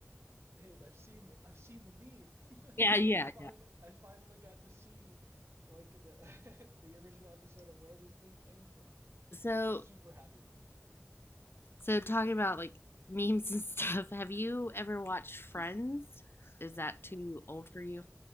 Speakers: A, on the right; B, on the left.
A: babe, I've seen the I've seen the meme.
B: Yeah. Yeah.
A: <laughs> I finally
B: Yeah.
A: I finally got to see like the <laughs> the original episode of where this thing came from.
B: So,
A: Super happy moment for me.
B: so talking about like memes and <laughs> stuff, have you ever watched Friends? Is that too old for you?